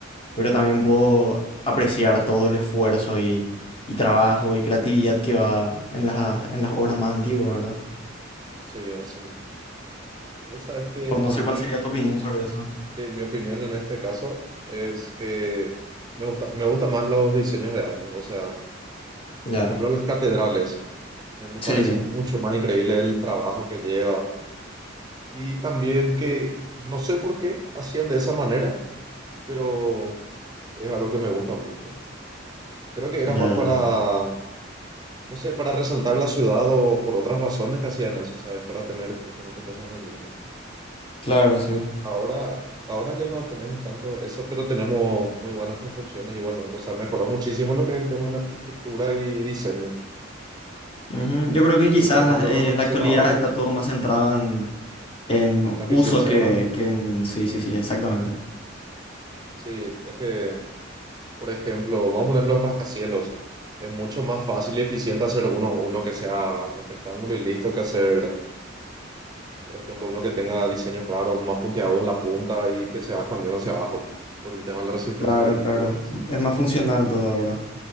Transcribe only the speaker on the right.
sí, así mismo. Vos sabés que
a
mí,
eh,
sí, mi opinión en este caso es que me gusta, me gustan más los diseños de antes. O sea,
por ejemplo, las catedrales. Me, me
parece mucho más increíble el trabajo que lleva. Y también que no sé por qué hacían de esa manera, pero es algo que me gusta mucho. Creo que era
más para,
no sé, para resaltar la ciudad o por otras razones que hacían eso, ¿sabes? Para tener justamente cosas muy lindas.
Ahora, ahora ya no tenemos tanto eso, pero tenemos muy buenas construcciones igualmente. O sea, mejoró muchísimo lo que es el tema de la arquitectura y diseño.
Poner,
por ejemplo,
los rascacielos
ahora
y eso,
en la eficiencia,
¿verdad?
Sí, es que, por ejemplo, vamos a poner los rascacielos. Es mucho más fácil y eficiente hacer uno, uno que sea un rectángulo y listo que hacer Por ejemplo, uno que tenga diseños raros, más punteados en la punta y que se va expandiendo hacia abajo por el tema de la resistencia
al viento
y demás.